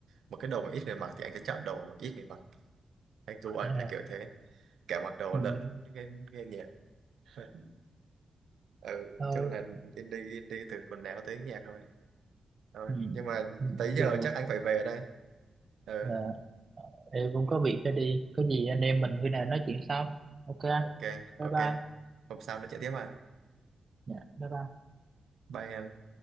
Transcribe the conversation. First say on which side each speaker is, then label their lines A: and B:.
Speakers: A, on the right; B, on the right.
A: một cái đồ mà ít người mặc thì anh sẽ chọn đồ ít người mặc anh du anh
B: à.
A: là kiểu thế cả mặc đồ
B: ừ.
A: lẫn nghe, nghe nhạc <laughs> ừ
B: thôi
A: chung là indie indie từ quần áo tới nhạc thôi thôi
B: ừ.
A: nhưng mà
B: Ừ.
A: tới giờ
B: giờ
A: chắc anh phải về đây ừ
B: Ờ, ờ, em cũng có việc phải đi có gì anh em mình khi nào nói chuyện sau ok
A: ok
B: bye
A: ok
B: bye
A: hôm sau nó chạy tiếp à
B: dạ bye bye
A: bye em